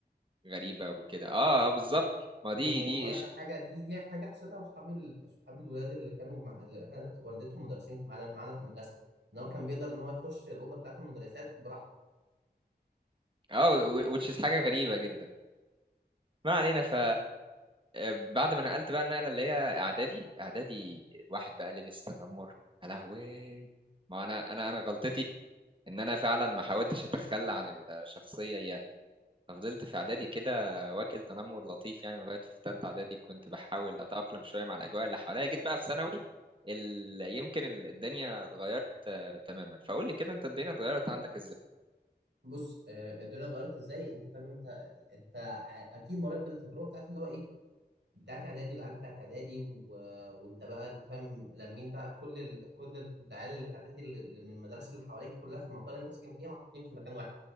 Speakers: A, on the right; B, on the right.
A: غريبه وكده اه آه، بالظبط ما
B: و-
A: دي دي
B: وهقول لك على حاجه دي دي حاجه حسيتها اصحابي ال- اصحابي الولاد اللي كانوا مع اللي كانت والدتهم مدرسين معانا معانا في المدرسه ان هو كان بيقدر ان هو يخش الاوضه بتاعت المدرسات براحته
A: اه which is حاجة غريبة جدا ما علينا ف بعد ما نقلت بقى النقلة اللي هي اعدادي اعدادي الواحد بقى لبس تنمر يا لهوي ما انا انا انا غلطتي ان انا فعلا ما حاولتش اتخلى عن الشخصية اياها ففضلت في اعدادي كده واكل تنمر لطيف يعني لغاية في ثالثة اعدادي كنت بحاول اتأقلم شوية مع الاجواء اللي حواليا جيت بقى في ثانوي ال... يمكن ال- الدنيا اتغيرت آه، تماما فقول لي كده انت الدنيا اتغيرت عندك ازاي
B: بص آه، الدنيا اتغيرت ازاي انت فاهم انت انت اكيد مريت بالتجربه بتاعت اللي هو ايه بتاعت اعدادي والعيال بتاعت اعدادي و... وانت بقى انت فاهم لمين بقى كل ال... كل العيال اللي في اعدادي اللي اللي من المدارس اللي حواليك كلها في المنطقه اللي انت ساكن فيها محطوطين في مكان واحد